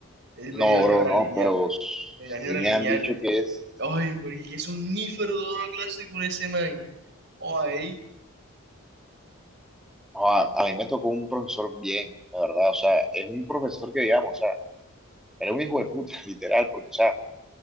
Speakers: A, on the right; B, in the centre.
A: Él me
B: No,
A: dio álgebra
B: bro, no,
A: lineal.
B: pero sí
A: Me dio álgebra
B: me
A: lineal
B: han dicho que es,
A: Ay, marica, es un nífero dando clase con ese man. Ay,
B: a, a mí me tocó un profesor bien, la verdad, o sea, es un profesor que digamos, o sea, era un hijo de puta, <laughs> literal, porque, o sea, o